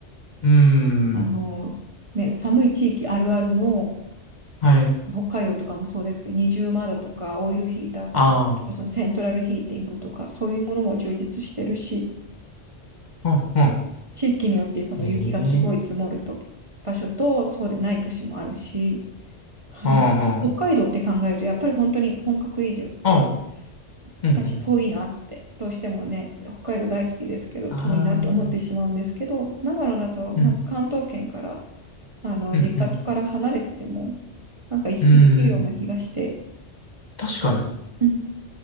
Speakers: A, on the left; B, on the right.
A: うーん、
B: あの、ね、寒い地域あるあるの、
A: はい、
B: 北海道とかもそうですけど、二重窓とかオイルヒーターがあったりとか、
A: あ
B: そのセントラルヒーティングとか、そういうものも充実してるし、
A: あ、うん、うん、
B: 地域によってその雪がすごい積もると場所と、
A: ええ、
B: そうでない都市もあるし、はい。
A: あ
B: 北海道って考えると、やっぱり本当に本格移住って、
A: あ、ああ、うん、
B: 私遠いなって、
A: うん、
B: どうしてもね、北海道大好きですけど、
A: あ
B: 遠いなって思ってしまうんですけど、
A: あ、
B: 長野だと、
A: うん、
B: なんか関東圏から、あの、
A: うん、
B: 実家から離れてても、
A: うん、
B: なんか行き来できるような気がして、
A: うん、うん確かに。
B: うん